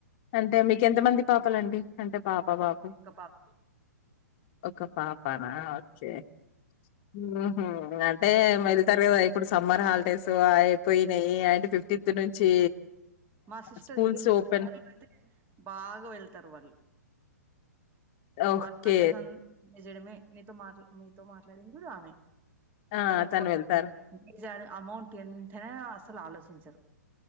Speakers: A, on the left (about 35°); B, on the right (about 20°).
A: అంటే మీకు ఎంతమంది పాపలండి అంటే పాప
B: ఒక
A: బాబు
B: ఒక పాప
A: ఒక పాప ఆ ఓకే ఉమ్ హు అంటే మిరితారో ఇప్పుడు సమ్మర్ హాలిడేస్ అయిపోయినయి అండ్ ఫిఫ్టీన్ నుంచి
B: మా సిస్టర్
A: స్కూల్స్
B: ఇంకో సిస్టర్
A: ఓపెన్
B: వాళ్ళు అయితే బాగా వెళ్తారు వాళ్ళు
A: ఓకే.
B: వాళ్లు హాలిడేస్ అం ఎంజాయ్ చేయడమే నీతో మాట్లా మీతో మాట్లాడింది చూడు ఆమె
A: ఆ!
B: తనకు
A: తను వెళ్తారు.
B: <inaudible> ఏం చేయాల అమౌంట్ ఎంతైనా అసలు ఆలోచించరు